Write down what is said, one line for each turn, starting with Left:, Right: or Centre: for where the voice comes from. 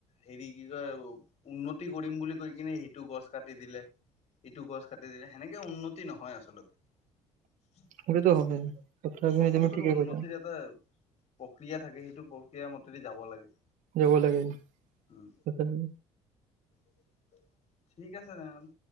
Left: হেৰি কি কয়, উন্নতি কৰিম বুলি কৈ কিনে সেইটো গছ কাটি দিলে। ইটো গছ কাটি দিলে, সেনেকে উন্নতি নহয় আচলতে। চব
Right: সেইটোতো হয় কথাখিনি
Left: বছৰ
Right: তুমি ঠিকে
Left: উন্নতিৰ
Right: কৈছা
Left: এটা প্ৰক্ৰিয়া থাকে, সেইটো প্ৰক্ৰিয়াৰ মতেদি যাব লাগে।
Right: যাব লাগে,
Left: উম
Right: তথাপি
Left: <inaudible> ঠিক আছে তেনেহলে।